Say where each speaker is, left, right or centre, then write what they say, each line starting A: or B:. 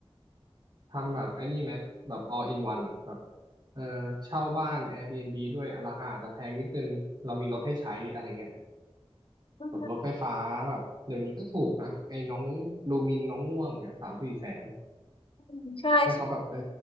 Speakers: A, on the right; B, on the left.
A: ทำแบบไอ้นี่ไหมแบบ all in one อะแบบเออเช่าบ้าน Airbnb ด้วยอ่ะราคาอาจจะแพงนิดนึงเรามีรถให้ใช้อะไรเงี้ย
B: ๆ
A: แบบรถไฟฟ้าแบบเดี๋ยวนี้ก็ถูกนะไอ้น้องลูมินน้องง่วงเนี่ยสามสี่แสน
B: อืมใช่ใช่
A: ให้เขาแบบเออ